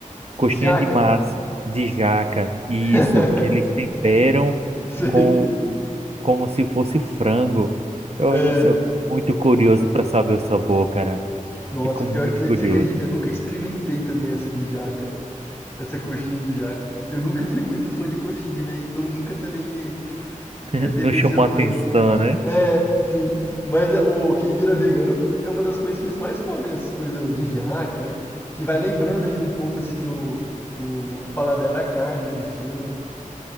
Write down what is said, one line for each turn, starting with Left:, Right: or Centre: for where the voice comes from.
Right: coxinha
Left: Jaca.
Right: de massa, de jaca, isso,
Left: <laughs>
Right: que eles temperam
Left: Sei.
Right: com, como se fosse frango. Eu,
Left: É,
Right: Olha, assim, eu fico muito curioso para saber o sabor, cara.
Left: Nossa,
Right: Fico
Left: pior
Right: muito
Left: que
Right: curioso.
Left: você acredita, eu nunca experimentei também essa de jaca, essa coxinha de jaca. Eu nunca fui muito fã de coxinha, né? Então nunca também me,
Right: <laughs>
Left: me apeteceu
Right: Não chamou
Left: tanto.
Right: atenção, né?
Left: É, sim. Mas é, o quem vira vegano é uma das coisas que eles mais comem, né? essas coisas de jaca, né? Que vai lembrando ainda um pouco assim o, o, o paladar da carne, né? Do frango.